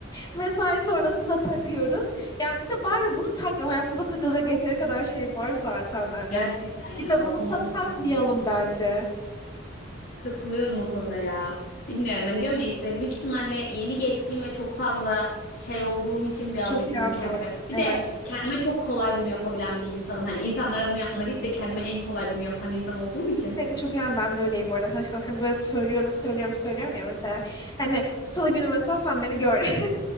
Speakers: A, on the left; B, on the left.
A: mesai sonrasında takıyoruz yani bir de var ya bunu takmayalım. Hayatımıza takılacak yeteri kadar şey var zaten hani.
B: Gerçekten ya
A: Bir de bunu
B: o konuda
A: da
B: çok
A: takmayalım
B: haklısın.
A: bence.
B: Katılıyorum o konuda ya. Bilmiyorum ben diyorum ya işte büyük ihtimalle yeni geçtiğim ve çok fazla şey olduğum için birazcık
A: Çok iyi
B: bunu
A: anlıyorum.
B: kendime bir
A: Evet.
B: de kendime çok kolay bunu yapabilen bir insanım. Hani insanlara bunu yapma deyip de kendime en kolay bunu yapan insan olduğum için.
A: Senin çok yani ben de öyleyim bu arada. Hani sana sen böyle söylüyorum, söylüyorum, söylüyorum ya mesela. Hani salı günü mesela sen beni gör.